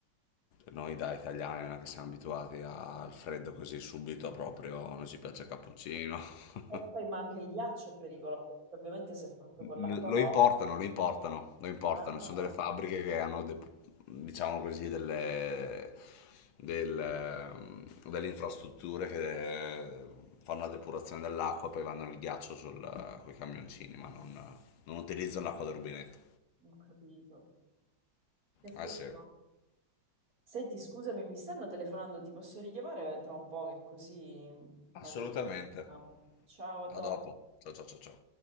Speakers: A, on the left; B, on the right.
A: Noi da italiani non è che siamo abituati al freddo così subito, proprio non ci piace il cappuccino.
B: E
A: <laughs>
B: poi, ma anche il ghiaccio è pericoloso. perché Ovviamente se è fatto con
A: Lo
B: l'acqua no.
A: importano, lo importano, lo importano.
B: Ah,
A: Ci sono delle fabbriche che hanno, de- diciamo così, delle, del, ehm, delle infrastrutture che eh, fanno la depurazione dell'acqua, poi vanno il ghiaccio sul, con i camioncini, ma non, non utilizzano l'acqua del rubinetto.
B: ho capito. Che flash
A: Ah sì,
B: Senti, scusami, mi stanno telefonando, ti posso richiamare tra un po' che così
A: assolutamente.
B: magari... Ah, Ciao, a
A: A
B: dopo.
A: dopo. Ciao ciao ciao ciao.